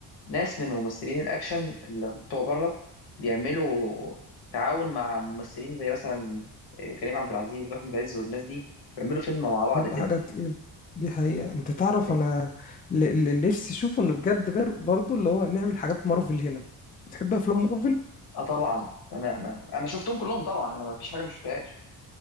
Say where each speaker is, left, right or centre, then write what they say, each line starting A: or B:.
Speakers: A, on the left; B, on the left.
A: ناس من ممثلين الأكشن اللي بتوع بره بيعملوا تعاون مع ممثلين زي مثلا آه، كريم عبد العزيز وأحمد عز والناس دي بيعملوا فيلم مع بعض
B: هيبقى
A: كده
B: حاجة تقيلة دي حقيقة انت تعرف
A: نفسي-
B: انا اللي اللي نفسي اشوفه انه بجد بر- برضو اللي هو نعمل حاجات مارفل هنا بتحب افلام مارفل
A: اه طبعا أنا ما- أنا شفتهم كلهم طبعا أنا ما فيش حاجة ما شفتهاش